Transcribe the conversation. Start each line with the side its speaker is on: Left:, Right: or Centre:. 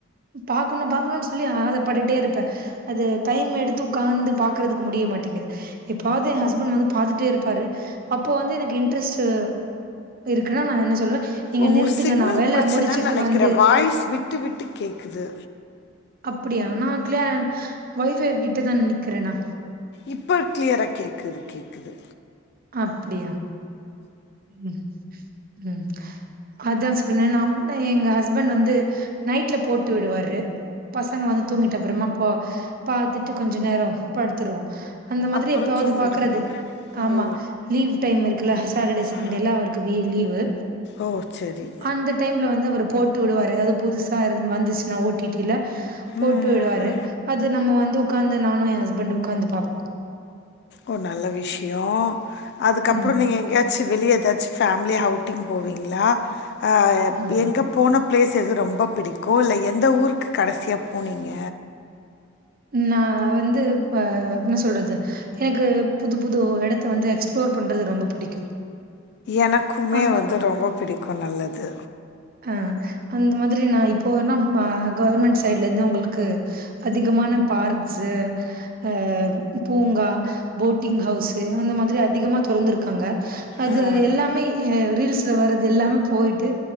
Right: பாக்கணு பாக்கணும்னு சொல்லி ஆசா பட்டுடே இருப்பே அது டைம் எடுத்து உட்கார்ந்து பாக்குறதுக்கு முடிய மாட்டேங்குது எப்பாவது என் ஹஸ்பண்ட் வந்து பாத்துட்டே இருப்பாரு அப்போ வந்து எனக்கு இன்ட்ரெஸ்ட்டு அதா நா என்ன சொல்லுவே
Left: ஓ
Right: நிறுத்துங்க
Left: சிக்னல்
Right: நா வேல
Left: பிரச்சனைன்னு
Right: முடிச்சுட்டு
Left: நெனைக்கிறே
Right: வந்து
Left: வாய்ஸ் விட்டு விட்டு கேக்குது
Right: அப்புடியா நா கிளே வைஃபை கிட்டதா நிக்கிறேனா
Left: இப்போ கிளியரா கேக்குது கேக்குது
Right: அப்புடியா ம் ம் அதா சொன்னானே நா எங்க ஹஸ்பண்ட் வந்து நைட்ல போட்டு விடுவாரு பசங்க வந்து தூங்கிட்ட அப்புறமா போ பாத்துட்டு கொஞ்ச நேரம் படுத்துருவோம் அந்த மாதிரி
Left: அப்புறம்
Right: எப்பாவது
Left: தூங்கிடுவீங்க
Right: பாக்குறது ஆமா
Left: ஓ
Right: லீவ் டைம் இருக்குல்ல சாட்டர்டே சண்டேல
Left: ஆ
Right: அவுருக்கு லீவு
Left: ஓ சேரி
Right: அந்த டைம்ல வந்து அவரு போட்டு விடுவாரு ஏதாவது புதுசா இருந்த வந்துச்சுன்னா ஓ டி டி ல போட்டு
Left: ம்
Right: விடுவாரு அது நம்ம வந்து உட்காந்து நானு என் ஹஸ்பண்ட்டு உட்காந்து பாப்போ
Left: ஒரு நல்ல விஷயே அதுக்கப்புறே
Right: ம்.
Left: நீங்க எங்கயாது ச்சு வெளிய ஏதாச்சு ஃபேமிலிய அவுட்டிங் போவீங்களா ஆ
Right: ஆ.
Left: எங்க போன பிளேஸ் எது ரொம்ப பிடிக்கு இல்ல எந்த ஊருக்கு கடைசியா போனீங்க
Right: நா வந்து ஆ என்ன சொல்றது எனக்கு புது புது இடத்த வந்து எக்ஸ்ப்ளோரு பண்ணுறது ரொம்ப பிடிக்கும்
Left: எனக்குமே
Right: ஆ
Left: வந்து ரொம்ப பிடிக்கும் நல்லது
Right: ஆ அந்த மாதிரி நா இப் போ நம்ம கவர்மெண்ட் சைட்ல இருந்து உங்களுக்கு அதிகமான பார்க்ஸ்சு ஆ பூங்கா போட்டிங் ஹவுஸ்சு அந்த மாதிரி அதிகமா திறந்திருக்காங்க அது
Left: ஆ
Right: எல்லாமே ஆ ரீல்ஸ்ல வர்றது எல்லாமே போயிட்டு